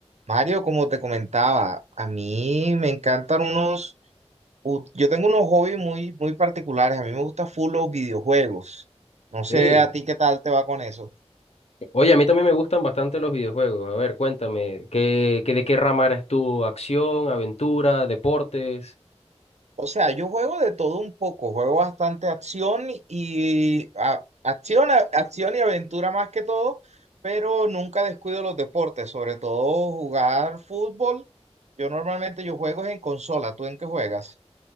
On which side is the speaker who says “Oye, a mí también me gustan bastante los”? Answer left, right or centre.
Left